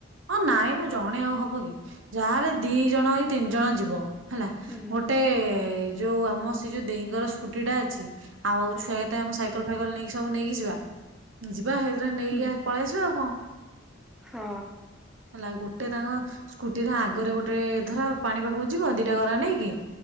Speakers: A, on the right; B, in the centre.
A: ହଁ ନାଇଁ ମ ଜଣେ ଆଉ ହବ କି ଯାହେଲେ ଦି ଜଣ କି ତିନି ଜଣ ଯିବ। ହେଲା
B: ହୁଁ
A: ଗୋଟେ ଯୋଉ ଆମ ସେ ଯୋଉ ଦେଇ ଙ୍କର ସ୍କୁଟିଟା ଅଛି। ଆଉ
B: ହୁଁ
A: ଛୁଆ କେତେ ଆମ ସାଇକଲ୍ ଫାଇକଲ୍ ନେଇକି ସବୁ ନେଇକି ଯିବା ଯିବା ହେଇକିରା ନେଇକି
B: ହୁଁ
A: ଆ ପଳେଇଆସିବ ଆଉ କଣ।
B: ହଁ।
A: ନାଇଁ ଗୋଟେ ତାଙ୍କ ସ୍କୁଟିରେ ଆଗରେ ଗୋଟେ ଧର ପାଣି ପାଖୁକୁ ଯିବ ଦିଟା ଗରା ନେଇକି।